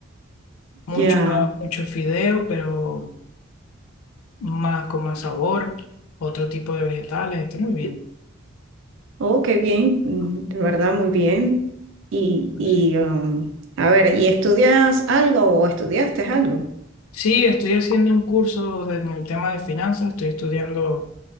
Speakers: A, on the left (about 80°); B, on the right (about 60°).
A: mucho,
B: Ya.
A: mucho fideo, pero más con más sabor, otro tipo de vegetales, está muy bien.
B: Oh, qué bien. Mm, De verdad, muy bien. Y,
A: Así.
B: y um, a ver, ¿y estudias algo o estudiaste algo?
A: Sí, estoy haciendo un curso de- en el tema de finanzas, estoy estudiando